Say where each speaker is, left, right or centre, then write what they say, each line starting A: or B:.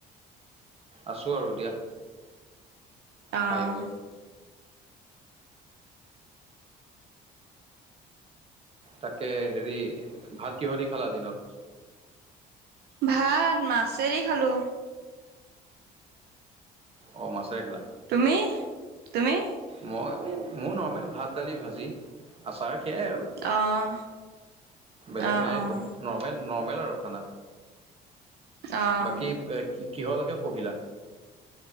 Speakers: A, on the right; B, on the right.
A: আছো আৰু দিয়া।
B: অ',
A: খাই বৈ। তাকে হেৰি ভাত কিহৰি খালা দিনত।
B: ভাত মাছেদি খালো।
A: অ, মাছেৰে খালা।
B: তুমি - তুমি?
A: মই মোৰ নৰ্মেল ভাত দালি ভাজি আচাৰ সেয়াই আৰু
B: অঁ
A: বেলেগ
B: অঁ
A: নাই
B: অঁ
A: একো নৰ্মেল - নৰ্মেল আৰু খানা।
B: অঁ
A: বাকী কিহলৈকে পঢ়িলা?